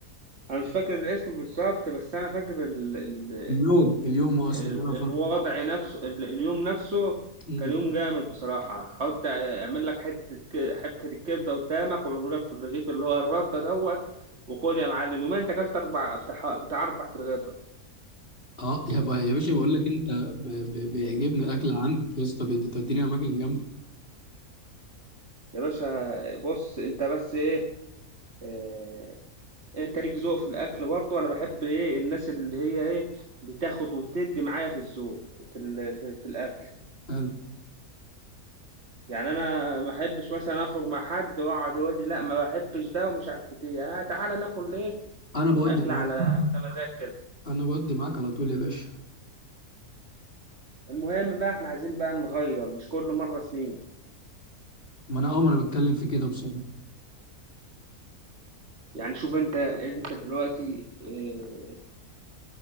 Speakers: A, on the right (about 50°); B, on the left (about 40°).
A: انا مش فاكر الاسم بالظبط بس انا فاكر ال... ال...
B: اليوم اليوم اصلا
A: ال-
B: بقى
A: الوضع نفسه ال... اليوم نفسه
B: فترة
A: كان يوم جامد بصراحة حط اعمل لك حتة الك- حتة الكبدة قدامك وعمله لك في الرغيف اللي هو الردة دوت وكل يا معلم يومين انت اكلت اربع بتاع بتاع اربع رغيفة
B: اه يا با- يا باشا بقول لك انت ب- ب- بيعجبني الاكل عندك يا اسطى بت- بتوديني اماكن جامده
A: يا باشا بص انت بس ايه آه، انت ليك ذوق في الاكل برضو انا بحب ايه الناس اللي هي ايه بتاخد وتدي معايا في الذوق في ال... في, في الاكل
B: حلو
A: يعني أنا ما أحبّش مثلًا أخرج مع حد ويقعد يقول لي لأ ما باحبّش ده ومش عارف بت آآ تعالَ ناكل إيه،
B: انا بودي
A: أكلة
B: معاك
A: على على مزاج كده،
B: انا بودي معاك على طول يا باشا
A: المهم بقى إحنا عايزين بقى نغيّر مش كل مرّه سمين،
B: ما انا اه ما انا بتكلم في كده بصراحه
A: يعني شوف أنت أنت دلوقتي آآ